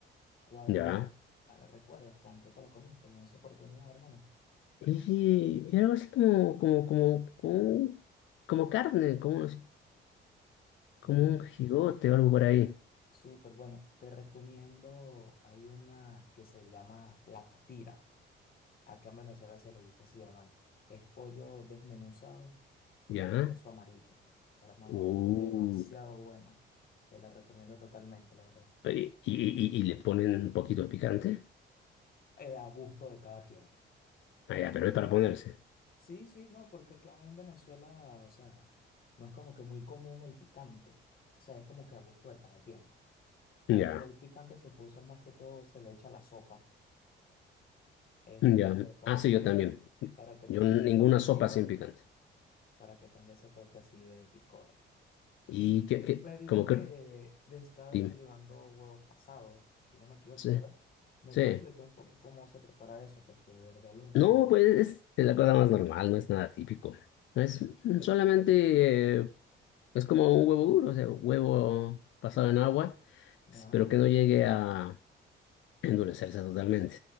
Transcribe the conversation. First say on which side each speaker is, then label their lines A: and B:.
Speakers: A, on the left (about 50°); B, on the left (about 75°).
A: ¿Cuál
B: ya.
A: la recuerdas? ¿Con qué te lo comiste? En esa oportunidad, hermano.
B: Y era algo así como, como, como, como, como carne, como, unos- como
A: Oye,
B: un jigote o algo por ahí.
A: súper bueno. Te recomiendo, hay una que se llama la catira. Acá en Venezuela se le dice así, hermano. Es pollo desmenuzado
B: ¿Ya?
A: con queso amarillo. Hermano,
B: Uh,
A: es demasiado buena. Te la recomiendo totalmente, la verdad.
B: y, y, y- y le ponen un poquito de picante.
A: Eh, a gusto de cada quien.
B: Ah, ya, pero es para ponerse.
A: Sí, sí, no, porque acá en Venezuela, o sea, no es como que muy común el picante. O sea, es como que a gusto de cada quien.
B: Ya,
A: Aquí el picante se puede usar más que todo, se le echa a la sopa, este,
B: ya.
A: como
B: Ah, sí,
A: para
B: yo también.
A: que, para que
B: Yo
A: tenga
B: ninguna
A: ese toquecito,
B: sopa sin picante.
A: para que tenga ese toque así de picor.
B: Y
A: Y
B: que, que,
A: me dijo
B: como
A: que
B: que,
A: de- estaba
B: dime.
A: desayunando huevos pasados, si no me equivoco,
B: Sí,
A: ¿verdad? ¿Me
B: sí.
A: puede explicar un poco cómo se prepara eso? Porque de verdad lo desconozco.
B: No, pues es la cosa más normal, no es nada típico. Es solamente eh, Es como un huevo duro, o sea, huevo pasado en agua, s-
A: Ah,
B: pero que no llegue a endurecerse totalmente.